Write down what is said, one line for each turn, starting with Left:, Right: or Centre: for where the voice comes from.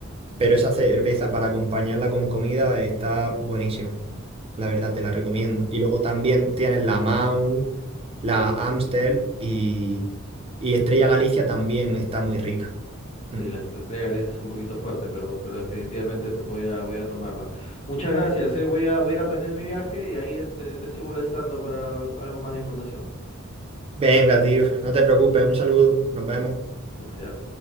Right: pero esa cerveza para acompañarla con comida está buenísima, la verdad te la recomiendo. Y luego también tienes la Mau, la Amstel y, y Estrella Galicia también está muy rica. Mm.
Left: Sí, la, la estrella Galicia es un poquito fuerte, pero, pero definitivamente t- voy a, voy a tomarla. Muchas gracias, eh. Voy a, voy a ir a planear mi viaje y ahí este, te estoy molestando para al- algo más de información.
Right: Venga, tío, no te preocupes, un saludo, nos vemos.
Left: Gracias.